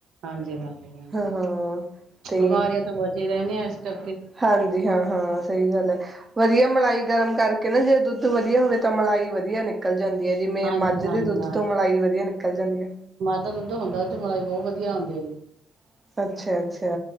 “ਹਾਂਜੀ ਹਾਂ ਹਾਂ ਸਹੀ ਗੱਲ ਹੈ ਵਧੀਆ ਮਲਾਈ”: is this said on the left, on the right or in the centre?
Right